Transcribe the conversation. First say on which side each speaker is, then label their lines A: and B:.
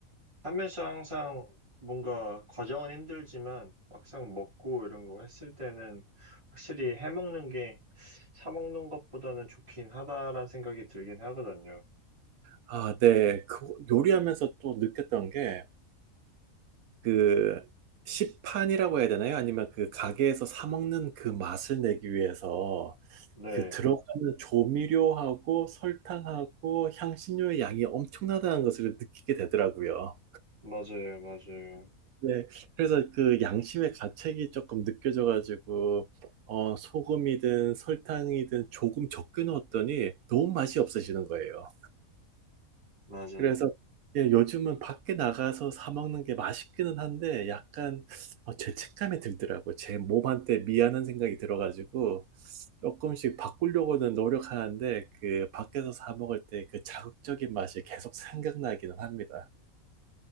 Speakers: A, on the right; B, on the right.
A: 판매시 항상 뭔가 과정은 힘들지만 막상 먹고 이런 거 했을 때는 확실히 해먹는 게 사먹는 것보다는 좋긴 하다라는 생각이 들긴 하거든요.
B: 아, 네. 그 요리하면서 또 느꼈던 게 그 시판이라고 해야 되나요? 아니면 그 가게에서 사 먹는 그 맛을 내기 위해서
A: 네,
B: 그 들어가는 조미료하고 설탕하고 향신료의 양이 엄청나다는 것을 느끼게 되더라고요.
A: 맞아요, 맞아요,
B: 네, 그래서 그 양심의 가책이 조금 느껴져가지고 어, 소금이든 설탕이든 조금 적게 넣었더니 너무 맛이 없어지는 거예요.
A: 맞아요.
B: 그래서 예, 요즘은 밖에 나가서 사 먹는 게 맛있기는 한데 약간 어, 죄책감이 들더라고요. 제 몸한테 미안한 생각이 들어가지고 조금씩 바꾸려고는 노력하는데 그 밖에서 사 먹을 때 그 자극적인 맛이 계속 생각나기는 합니다.